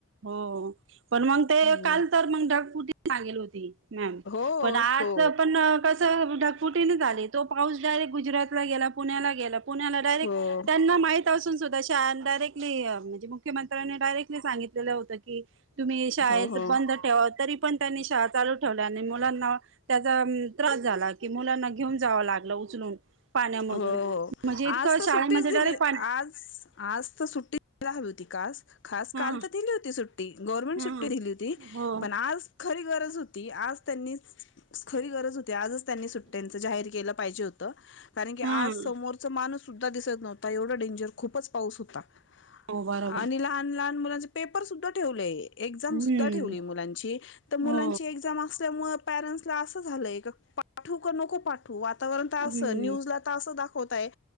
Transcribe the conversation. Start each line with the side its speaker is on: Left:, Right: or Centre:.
Right: हो पण मंग ते
Left: हो
Right: काल तर मग ढग फुटीच लागेल होती. मॅम
Left: हो
Right: पण आज
Left: हो
Right: चं पण कस स ढकफुटी नाय झाली तो पाऊस डायरेक्ट गुजरातला गेला पुण्याला गेला. पुण्याला डायरेक्ट
Left: हो
Right: त्यांना माहीत असून सुद्धा शाळा ना डायरेक्टली म्हणजे मग मुख्यमंत्र्यांनी डायरेक्टली सांगितलेलं होतं की तुम्ही शाळेत
Left: हो हो
Right: बंद ठेवा तरी पण त्यांनी शाळा चालू ठेवल्या आणि मुलांना त्याचा त्रास झाला की मुलांना घेऊन जावं लागलं उचलून पाण्यामधून
Left: हो हो
Right: म्हणजे इतकं
Left: आज तर
Right: शाळेमध्ये
Left: सुट्टीच दिली
Right: डायरेक्ट पाणी
Left: आज आज तर सुट्टी <unintelligible> यला हवी होती का आज खास काल
Right: हा
Left: तर दिली होती सुट्टी गव्हर्नमेंट
Right: हा
Left: सुट्टी दिली होती
Right: हो
Left: पण आज खरी गरज होती. आज त्यांनी खरी गरज हो ते आजच त्यांनी सुट्ट्यांच जाहीर केलं पाहिजे होतं कारण की आज
Right: हम्म
Left: समोरचा माणूस सुद्धा दिसत नव्हता एवढं डेंजर खूपच पाऊस होता
Right: हो बरोबर
Left: आणि लहान लहान मुलांचे पेपर सुद्धा ठेवलेय, एक्झाम
Right: हम्म
Left: सुद्धा ठेवली मुलांची तर मुलांची
Right: हो
Left: एक्झाम असल्यामुळ अस झालय ग पाठवू नको पाठवू वातावरण तर
Right: हम्म
Left: असं न्यूज हे आत्ता असं दाखवत आहे